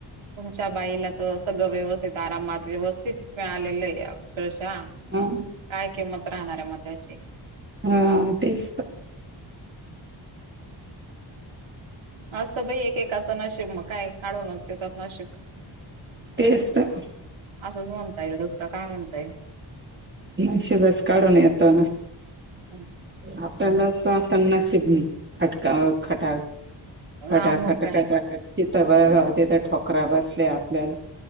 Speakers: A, on the right; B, on the right.
A: तुमच्या बाईला तर सगळं व्यवस्थित, आरामात, व्यवस्थित मिळालेलं आहे अक्षरशः
B: हा
A: काय किंमत राहणार आहे म त्याची?
B: हा, तेच त
A: असत बाई एकेकाचं नशिब मग काय? काढूनच येतात नशिब
B: तेच तर
A: असंच म्हणता येईल, दुसरं काय म्हणता येईल?
B: नशिबच काढून येत ना.
A: हं.
B: आपल्याला सासवा नशीब नाही. खटका खटाळ खटाखट,
A: हा मग काय
B: खटाखट जीथ बघावं तिथं ठोकरा बसल्या आपल्याला